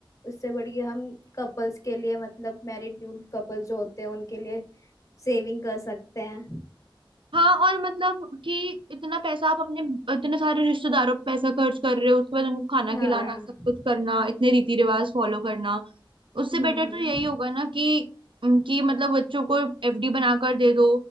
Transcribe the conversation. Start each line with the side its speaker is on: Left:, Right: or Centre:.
Left: उससे बढ़िया हम कपल्स के लिए मतलब मैरिड न्यू कपल जो होते हैं उनके लिए सेविंग कर सकते हैं
Right: हाँ और मतलब कि इतना पैसा आप अपने इतने सारे रिश्तेदारों पे पैसा खर्च कर रहे हो उसके बाद उनको खाना
Left: हाँ
Right: खिलाना सब कुछ करना इतने रीति रिवाज फॉलो करना उससे
Left: हम्म
Right: बेटर
Left: हम्म
Right: तो यही होगा ना कि कि मतलब बच्चों को एफडी बनाकर दे दो